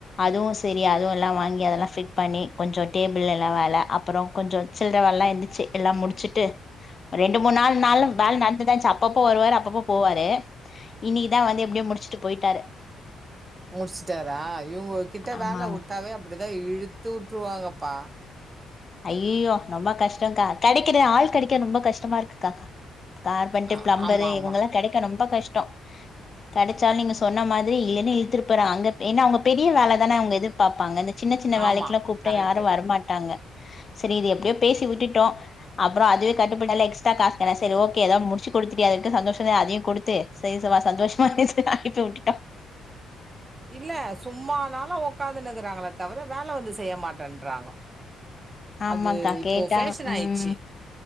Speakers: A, on the left (about 35°); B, on the right (about 25°).
A: அதுவும் சரி அதுவும் எல்லாம் வாங்கி அதெல்லாம் ஃபிட் பண்ணி கொஞ்சம் டேபிள் எல்லாம் வேல அப்புறம் கொஞ்சம் சில்லற வேலல்லாம் இருந்ததுச்சு எல்லாம் முடிச்சுட்டு ரெண்டு முணு நாள் நாளும் வேலை நடந்துதான் சாப் அப்பப்போ வருவாரு அப்பப்போ போவாரு இன்னைக்குதா வந்து எப்டியோ முடிச்சுட்டு போயிட்டாரு
B: முடிச்சுட்டாரா இவங்ககிட்ட
A: ஆமா
B: வேல
A: ஆமா
B: விட்டாவே அப்டிதா இழுத்து விட்டுருவாங்கப்பா
A: ஐயோ ரொம்ப கஷ்டம் கா கிடைக்கற ஆள் கேடைக்க ரொம்ப கஷ்டமா இருக்குக்கா கார்பன்டு
B: ஆ
A: பிளம்பரு
B: ஆமா ஆமா
A: இவங்கலா கேடைக்க ரொம்ப கஷ்டம் கிடைச்சாலும் நீங்க சொன்ன மாதிரி ஏன்னே இழுத்துட்டு போறாங்க ஏன்னா அவங்க பெரிய வேலை தானே அவங்க எது பாப்பாங்க இந்த சின்ன சின்ன
B: ஆமா
A: வேலைக்கெல்லாம் கூப்பிட்டா
B: கரெக்ட்டு
A: யாரும் வரமாட்டாங்க சரி இது எப்டியோ பேசி விட்டுட்டோம் அப்புறம் அதுவே கட்டுபடுல எஸ்ட்ரா காசு சரி ஒகே எதோ முடிச்சு குடுத்துடியே அதுக்கு சந்தோஷ தான் அதையும் கொடுத்து து சரி சித்தப்பா சந்தோஷமா இருனு சொல்லி அனுப்பி விட்டடேன்
B: இல்ல சும்மானாலு உட்காந்துன்னக்கிறாங்களே தவிர வேல வந்து செய்ய மாட்டேன்றாங்கோ
A: ஆமாக்கா
B: அது இப்போ
A: கேட்டா
B: ஃபேஷன்
A: ம்
B: ஆயிச்சு